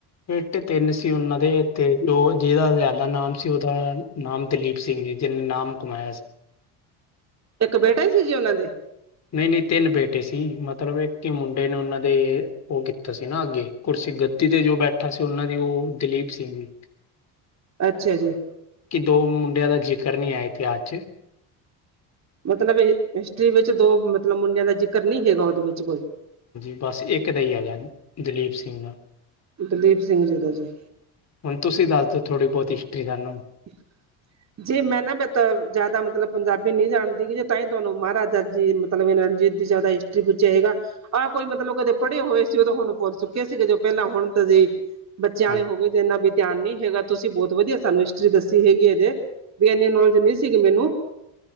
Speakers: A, on the left; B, on the right.
A: ਬੇਟੇ ਤਿੰਨ ਸੀ ਓਨਾਂ ਦੇ ਤੇ ਦੋ ਜੇਦਾ ਜਾਦਾ ਨਾਮ ਸੀ ਓਦਾ ਨਾਮ ਦਲੀਪ ਸਿੰਘ ਜੀ ਜਿਨੇ ਨਾਮ ਕਮਾਇਆ ਸੀ।
B: ਇੱਕ ਬੇਟਾ ਈ ਸੀ ਜੇ ਓਨਾਂ ਦੇ।
A: ਨਈ-ਨਈ ਤਿੰਨ ਬੇਟੇ ਸੀ ਮਤਲਬ ਇੱਕ ਈ ਮੁੰਡੇ ਨੇ ਓਨਾਂ ਦੇ ਓ ਕੀਤਾ ਸੀ ਨਾ ਅੱਗੇ। ਕੁਰਸੀ ਗੱਦੀ ਤੇ ਜੋ ਬੈਠਾ ਸੀ ਓਨਾਂ ਦੀ ਓ ਦਲੀਪ ਸਿੰਘ।
B: ਅੱਛਾ ਜੀ।
A: ਕੀ ਦੋ ਮੁੰਡਿਆਂ ਦਾ ਜ਼ਿਕਰ ਨੀ ਆ ਇਤਿਹਾਸ ਚ
B: ਮਤਲਬ ਹਿਸਟਰੀ ਵਿੱਚ ਦੋ ਮਤਲਬ ਮੁੰਡਿਆਂ ਦਾ ਜ਼ਿਕਰ ਨੀ ਹੈਗਾ ਓਦੇ ਵਿੱਚ ਕੋਈ।
A: ਜੀ ਬਸ ਇੱਕ ਦਾ ਈ ਹੈਗਾ ਦਲੀਪ ਸਿੰਘ ਦਾ।
B: ਦਲੀਪ ਸਿੰਘ ਜੀ ਦਾ ਜੀ।
A: ਹੁਣ ਤੁਸੀਂ ਦੱਸ ਦਿਓ ਥੋੜ੍ਹੀ ਬੋਤ ਹਿਸਟਰੀ ਸਾਨੂੰ।
B: <unintelligible> ਜੀ ਮੈਂ ਨਾ ਵੀ ਤਾਂ ਜਾਦਾ ਮਤਲਬ ਪੰਜਾਬੀ ਨੀ ਜਾਣਦੀ ਜੇ ਤਾਂ ਹੀ ਤੁਹਾਨੂੰ ਮਹਾਰਾਜਾ ਜੀ <unintelligible> ਰਣਜੀਤ ਦੀ ਜ਼ਿਆਦਾ ਹਿਸਟਰੀ ਪੁੱਛਿਆ ਹੋਏਗਾ। ਆ ਕੋਈ ਮਤਲਬ ਕਦੇ ਪੜ੍ਹੇ ਹੋਏ ਸੀ ਓਦੋਂ ਹੁਣ ਭੁੱਲ ਚੁੱਕੇ ਸੀਗੇ ਜੋ ਪਹਿਲਾਂ ਹੁਣ ਤਾਂ ਸੀ ਬੱਚਿਆਂ
A: ਹਾਂ
B: ਆਲੇ ਹੋਗੇ ਜੇ ਐਨਾ ਵੀ ਧਿਆਨ ਨੀ ਹੈਗਾ ਤੁਸੀਂ ਬੋ ਵਧੀਆ ਸਾਨੂੰ ਹਿਸ ਟਰੀ ਦੱਸੀ ਹੈਗੀ ਏਦੇ ਵੀ ਐਨੀ ਨੌਲੇਜ ਨੀ ਸੀਗੀ ਮੈਨੂੰ।